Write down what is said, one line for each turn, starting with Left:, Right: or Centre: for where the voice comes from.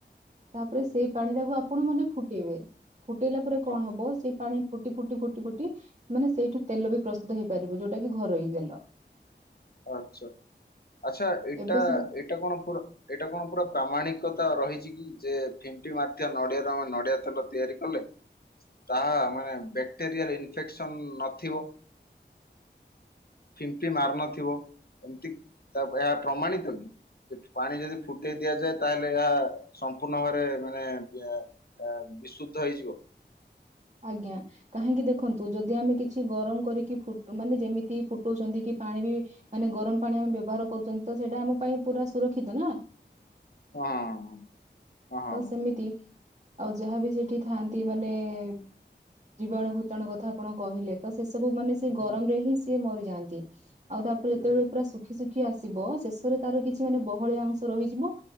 Right: ତାପରେ ସେଇ ପାଣି ଟାକୁ ଆପଣ ମାନେ ଫୁଟେଇବେ ଫୁଟେଇଲା ପରେ କଣ
Left: ହଁ
Right: ହବ
Left: ହଁ
Right: ସେଇ ପାଣି ଫୁଟି ଫୁଟି ଫୁଟି ଫୁଟି ମାନେ ସେଇଠୁ ତେଲ ବି ପ୍ରସ୍ତୁତ ହେଇପାରିବ ଯୋଉଟା କି ଘରୋଇ ତେଲ।
Left: ଆଚ୍ଛା ଆଚ୍ଛା ଏଇଟା
Right: ଏବେ ସବୁ
Left: ଏଇଟା କଣ ପୁର ଏଇଟା କଣ ପୁରା ପ୍ରାମାଣିକ ରହିଛି କି ଯେ ଫିଣ୍ଟି ମ ନଡିଆରୁ ଆମେ ନଡିଆ ତେଲ ତିଆରି କଲେ ତାହା ମାନେ ବ୍ୟାକ୍ଟେରିଆଲ ଇନଫେକ୍ସନ ନଥିବ? ଫିମ୍ପି ମାର ନଥିବ ଏମିତି ଏହା ପ୍ରମାଣିତ କି? ପାଣି ଯଦି ଫୁଟେଇ ଦିଆଯାଏ ତାହେଲେ ଏହା ସମ୍ପୂର୍ଣ୍ଣ ଭାବରେ ମାନେ <inaudible> ବିଶୁଦ୍ଧ ହେଇଯିବ?
Right: ହଁ। ଆଜ୍ଞା କାହିଁକି ଦେଖନ୍ତୁ ଯଦି ଆମେ କିଛି ଗରମ କରିକି ମାନେ ଯେମିତି ଫୁଟାଉଛନ୍ତି କି ପାଣି ବି ମାନେ ଗରମ ପାଣି ଆମେ ବ୍ୟବହାର କରୁଛନ୍ତି ତ ସେଇଟା ଆମ ପାଇଁ ପୁରା ସୁରକ୍ଷିତ ନା।
Left: ହଁ। ହଁ ହଁ।
Right: ତ ସେମିତି ଆଉ ଯାହାବି ସେଇଠି ଥାଆନ୍ତି ମାନେଏ-ଏ ଜୀବାଣୁ ଭୂତାଣୁ କଥା ଆପଣ କହିଲେ ତ ସ୍ ସେ ସବୁମାନେ ସେ
Left: ହଁ।
Right: ଗରମରେ ହିଁ ସେ ମରିଯାଆନ୍ତି ଆଉ ତାପରେ
Left: ହୁଁ
Right: ଯେତେବେଳେ ପୁରା ଶୁଖି ଶୁଖି ଆସ୍ ସିବ ଶେଷରେ ତାର କିଛି ମାନେ ବହଳିଆ ଅଂଶ ରହିଯିବ